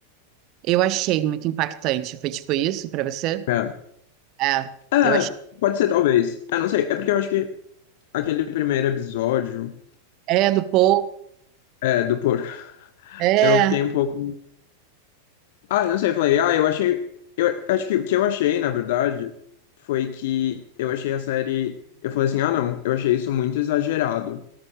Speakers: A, on the right; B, on the left.
A: Eu achei muito impactante. Foi tipo isso pra você?
B: É,
A: É,
B: É,
A: eu achei.
B: pode ser talvez. ah não sei. É porque eu acho que aquele primeiro episódio,
A: É, do povo.
B: é, do porco,
A: É,
B: eu fiquei um pouco. Ah, não sei, eu falei, ah, eu achei. Eu acho que o que eu achei, na verdade, foi que eu achei a série. Eu falei assim, ah, não, eu achei isso muito exagerado.